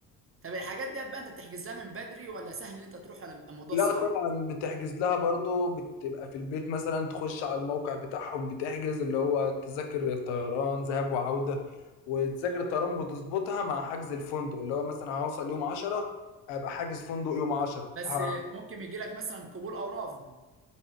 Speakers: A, on the right; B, on the left.
A: طب الحاجات ديت بقى انت بتحجز لها من بدري ولا سهل ان انت تروح ولا بيبقى الموضوع
B: لا
A: صعب
B: طبعا بتحجز لها برضه بتبقى في البيت مثلا تخش على الموقع بتاعهم بتحجز اللي هو تذاكر الطيران ذهاب وعودة وتذاكر الطيران بتظبطها مع حجز الفندق اللي هو مثلا هوصل يوم عشرة ابقى حاجز فندق يوم عشرة
A: بس
B: ه...
A: ممكن يجي لك مثلا قبول او رفض